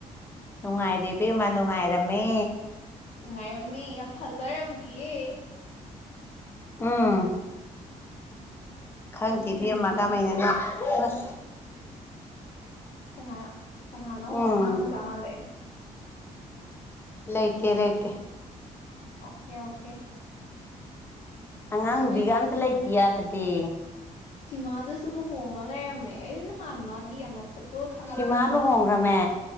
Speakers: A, on the left; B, on the left.
A: ꯅꯨꯡꯉꯥꯏꯔꯦ ꯏꯕꯦꯝꯃ ꯅꯨꯡꯉꯥꯏꯔꯝꯃꯦ
B: ꯅꯨꯡꯉꯥꯏꯔꯝꯃꯦ ꯌꯥꯝ ꯊꯥꯖꯔꯝꯗꯤꯌꯦ
A: ꯎꯝ ꯈꯪꯗꯦ
B: ꯑꯗꯨꯅꯦꯃꯤ
A: ꯏꯕꯦꯝꯃ ꯀꯃꯥꯏꯅꯅꯣ ꯑꯁꯁ
B: ꯀꯅꯥ ꯀꯅꯥꯅꯣ
A: ꯎꯝ
B: ꯑꯉꯥꯡ ꯃꯆꯥ ꯃꯥꯜꯂꯦ
A: ꯂꯩꯇꯦ ꯂꯩꯥꯇꯦ
B: ꯑꯣꯀꯦ ꯑꯣꯀꯦ
A: ꯑꯉꯥꯡ
B: ꯏꯕꯦꯝ
A: ꯅꯨꯄꯤꯒ ꯑꯝꯇ ꯂꯩꯇꯤꯌꯦ ꯑꯥꯗꯗꯤ
B: ꯁꯤꯃꯥꯗꯨꯁꯨ ꯂꯨꯍꯣꯡꯉ ꯂꯩꯔꯝꯃꯦ ꯑꯩꯅ ꯅꯍꯥꯟ ꯃꯥꯒꯤ ꯑꯃ ꯐꯣ ꯇꯣ ꯊꯥꯒꯠ
A: ꯁꯤꯃꯥ
B: ꯑꯃ
A: ꯂꯨꯍꯣꯡꯈ꯭ꯔꯃꯦ